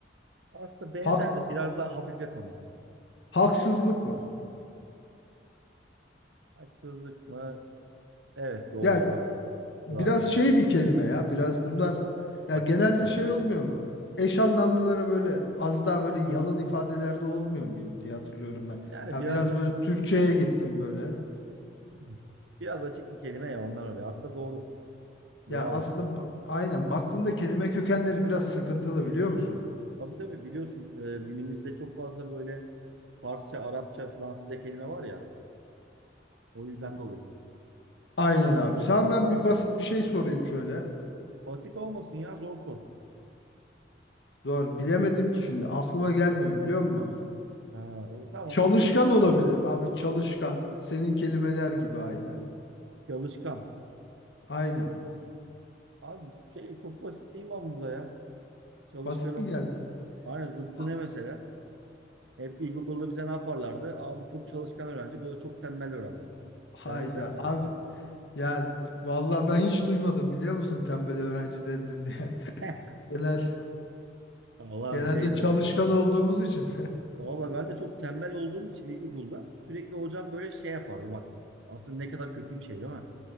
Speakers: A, on the right; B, on the left.
A: Aslında benzer
B: Hak,
A: de biraz daha hafiflet onu.
B: haksızlık mı?
A: Haksızlık mı? Evet doğru
B: Ya
A: bravo.
B: biraz
A: Bravo.
B: şey bir kelime ya. Biraz bunlar ya
A: Açık
B: genelde
A: bir kelime.
B: şey olmuyor mu? Eş anlamlılara böyle az daha böyle yalın ifadelerde olmuyor muydu diye hatırlıyorum ben.
A: Yani
B: Ya
A: biraz
B: biraz
A: açık
B: böyle
A: bir
B: Türkçeye
A: kelime ya.
B: gittim böyle.
A: <clears throat> Biraz açık bir kelime ya ondan öyle. Aslında doğru. Bravo.
B: Ya aslında ba- aynen baktığında kelime kökenleri biraz sıkıntılı biliyor musun?
A: Tabii tabii biliyorsun e, dilimizde çok fazla böyle Farsça, Arapça, Fransızca kelime var ya. O yüzden dolayı.
B: Aynen abi. Sana ben
A: Sor
B: bir
A: bakalım.
B: basit bir şey sorayım şöyle.
A: Basit olmasın ya zor sor.
B: Doğru bilemedim ki şimdi aklıma gelmiyor biliyor musun?
A: Ha, o, tamam
B: Çalışkan
A: istediğin sorardım.
B: olabilir abi çalışkan. Senin kelimeler gibi aynı.
A: Çalışkan.
B: Aynen.
A: Abi şey çok basit değil mi ama bu da ya? Çalışkanın.
B: Basit mi geldi?
A: Aynen zıttı
B: Ha-
A: ne mesela? Hep ilkokulda bize ne yaparlardı? Aa bu çok çalışkan öğrenci, bu da çok tembel öğrenci.
B: Hayda
A: Demezler mi
B: abi
A: ki?
B: yani vallahi ben hiç duymadım biliyor musun tembel öğrenci dendin diye. <laughs>
A: <laughs>
B: Genel
A: Valla
B: genelde
A: şey
B: çalışkan
A: ben
B: olduğumuz için.
A: valla ben de çok tembel olduğum için ilkokulda sürekli hocam böyle şey yapardı bak. Aslında ne kadar kötü bir şey değil mi?